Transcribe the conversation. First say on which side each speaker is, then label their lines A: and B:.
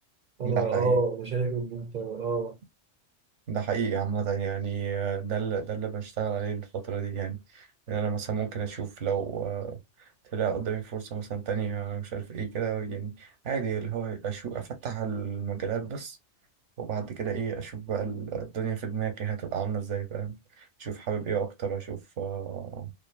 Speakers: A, on the right; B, on the right.
A: انا
B: ده
A: اه
B: حقيقي
A: انا شايف ان انت اه
B: ده حقيقي عامة يعني آه، ده اللي ده اللي بنشتغل عليه الفترة دي يعني إن أنا مثلا ممكن أشوف لو آه، طلع قدامي فرصة مثلا تانية مش عارف إيه كده يعني عادي اللي هو أشوف أفتح المجالات بس وبعد كده إيه أشوف بقى ال- الدنيا في دماغي هتبقى عاملة إزاي فاهم أشوف حابب إيه أكتر أشوف آه،